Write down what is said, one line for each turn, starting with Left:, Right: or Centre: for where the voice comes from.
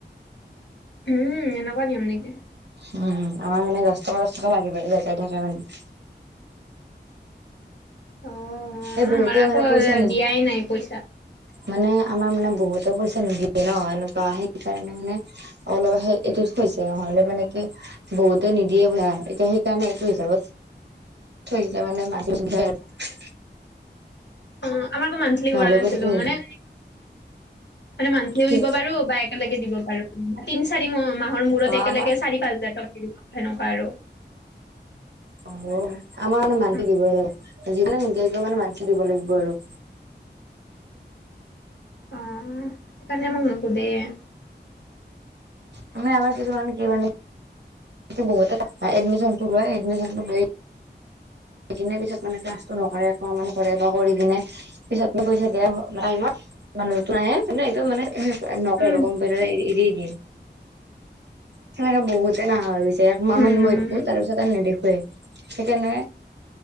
Left: উম এনেকুৱা নিয়ম নিকি
Right: উম আমাৰ মানে দচ টাকা দচ টাকা বাঢ়ি বৈ ইয়াতে থাকে মানে
Left: অ
Right: এই বহুতে
Left: আমাৰ আকৌ
Right: মানে পইচা নিদ
Left: দিয়াই নাই পইচা।
Right: মানে আমাৰ মানে বহুতে পইচা নিদিয়ে ন এনেকুৱা সেইকাৰণে মানে অলপ সে এইটো থৈছে নহলে মানে কি বহুতে নিদিয়ে ভাৰা এতিয়া সেইকাৰণে এইটো হিচাপত থৈই দিলে মানে মাজে <unintelligible>
Left: হুম আমাৰ আকৌ মান্থিলি
Right: নহ'লে
Left: কৰা নাছিলো
Right: পইচাটো নিদিয়ে
Left: মানে মানে মান্থিলি
Right: কি
Left: দিব পাৰো বা এক একেলগে দিব পাৰো তিন চাৰি মা মাহৰ মূৰত
Right: অ
Left: একেলগে
Right: আমাৰ
Left: চাৰি পাঁচ হাজাৰ টকা দি দিব পাৰো সেনকা আৰু <inaudible>
Right: অ আমাৰ মানে মান্থিলি
Left: উম,
Right: দিবই লাগে যিমান নিদিয়া কিয় মানে মান্থিলি দিব লাগিব আৰু
Left: অহ সেইকাৰণে আমাক নুসুধেয়ে
Right: মানে আমাৰ কিছুান কি মানে এতিয়া বহুতে এডমিশন টো লয় এডিমিশনটো লৈ এদিনৰ পিছত মানে ক্লাছটো নকৰে একমাহ মান কৰে বা কৰি কিনে পিছত মে পইচা দিয়া টাইমত মানুহটো নাহে মানে এইটো মানে নকৰে
Left: উম
Right: আৰু কম্পিউটাৰ এ এৰি দিয়ে সেনেকে বহুতে না হৈ গৈছে একমাহ
Left: উম
Right: মান মই দেখো তাৰ পিছত আৰু নেদেখুৱেই সেইকাৰণে